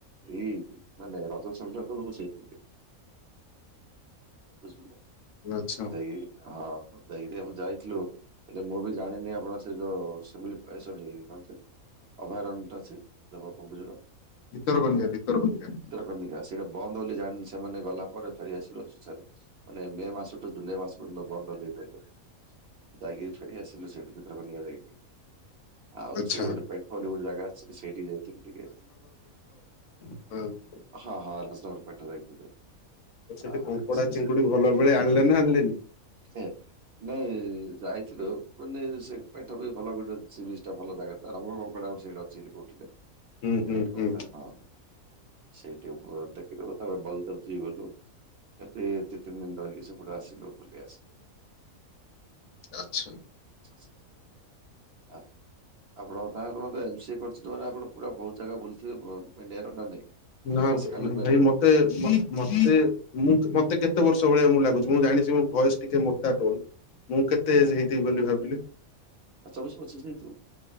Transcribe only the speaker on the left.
ଆଚ୍ଛା।
ଭିତର କନିକା, ଭିତରକନିକା।
ଆଚ୍ଛା
ହୁଁ।
ସେଠି
କଙ୍କଡା
ଚିଙ୍ଗୁଡି ଭଲ ମିଳେ ଆଣିଲେ ନା ଆଣିଲେନି?
ହୁଁ ହୁଁ
ହୁଁ
ଆଚ୍ଛା
ନା
ଭାଇ ମତେ ମତେ ମୁଁ ମତେ କେତେ ବର୍ଷ ଭଳିଆ ମୁଁ ଲାଗୁଛି ମୁଁ ଜାଣିଛି ମୋ ଭଏସ ଟିକେ ମୋଟା ଟୋନ। ମୁଁ କେତେ ଏଜ ହେଇଥିବି ବୋଲି ଭାବିଲେ?